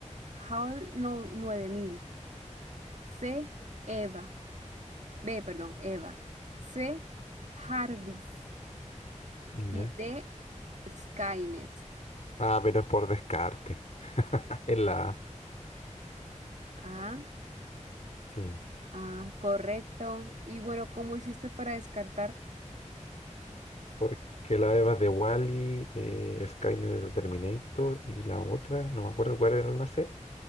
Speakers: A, on the right; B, on the left.
A: HAL no, 9000, C, EVA. B, perdón, EVA. C, Jarvis.
B: Ya.
A: Y D, Skynet.
B: Ah, pero es por descarte. <laughs> Es la A,
A: Ah,
B: sí.
A: ah, correcto. Y bueno, ¿cómo hiciste para descartar?
B: Porque la Eva es de Wally, eh, Skynet de Terminator y la otra, no me acuerdo cuál era la C.